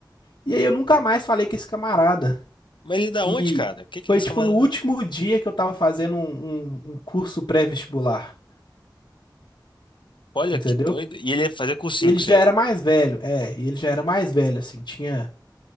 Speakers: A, on the left; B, on the left.
A: E aí eu nunca mais falei com esse camarada,
B: Mas ele é da
A: que
B: onde, cara? Que que
A: foi,
B: esse
A: tipo,
B: camarada...
A: no último dia que eu tava fazendo um, um- um curso pré-vestibular,
B: Olha,
A: entendeu?
B: que doido. E ele ia fazer cursinho
A: Ele
B: com
A: já
B: você?
A: era mais velho, é, e ele já era mais velho, assim, tinha